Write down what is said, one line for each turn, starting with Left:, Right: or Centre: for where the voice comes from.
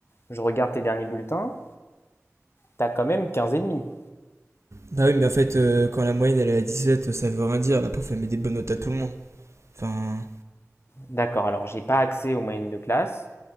Left: je regarde tes derniers bulletins, tu as quand même 15,5.
Right: Bah oui, mais en fait, euh, quand la moyenne elle est à dix sept ça veut rien dire. La prof elle met des bonnes notes à tout le monde. Enfin,
Left: D'accord. Alors, j'ai pas accès aux moyennes de classe,